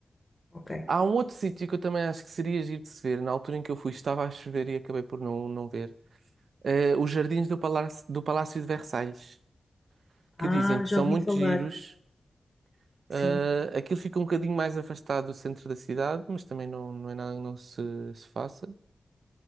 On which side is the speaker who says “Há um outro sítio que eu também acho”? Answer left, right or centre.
Right